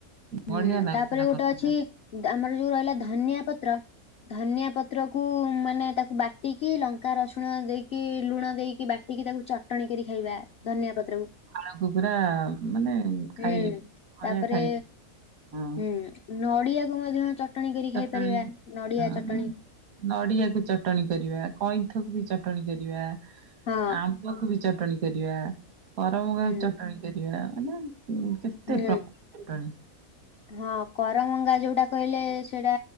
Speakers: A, on the left (about 60°); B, on the right (about 80°).
A: ହୁଁ
B: ବଢିଆ ଲାଗୁଥିଲା
A: ତାପରେ ଗୋଟେ
B: କରିଥିଲା।
A: ଅଛି ଆମର ଯୋଉ ରହିଲା ଧନିଆ ପତ୍ର ଧନିଆ ପତ୍ରକୁୁ ମାନେ ତାକୁ ବାଟିକି ଲଙ୍କା ରସୁଣ ଦେଇକି ଲୁଣ ଦେଇକି ବା ବାଟିକି ତାକୁ ଚଟଣୀ କରି ଖାଇବା ଧନିଆ ପତ୍ରକୁ।
B: ଆଳକୁ ପୁରା ମାନେ
A: ହୁଁ
B: ଖାଇ ଖଳିଆ
A: ତାପରେ
B: ଖାଇ ହଁ
A: ହୁଁ ନଡିଆକୁ ମଧ୍ୟ ଚଟଣି କରି
B: ଚଟଣି
A: ଖାଇପାରିବା ନଡିଆ
B: ହଁ
A: ଚଟଣୀ।
B: ନଡିଆକୁ ଚଟଣି କରିବା କଇଁଥକୁ ବି ଚଟଣି କରିବା।
A: ହଁ
B: ଆମ୍ବକୁ ବି ଚଟଣି କରିବା। କରମଙ୍ଗା
A: ହୁଁ
B: ଚଟଣି କରିବା। ମାନେ କେତେ
A: ହୁଁ।
B: ପ୍ରକାର ଚଟଣି
A: ହଁ କରମଙ୍ଗା ଯୋଉଟା କହିଲେ ସେଇଟା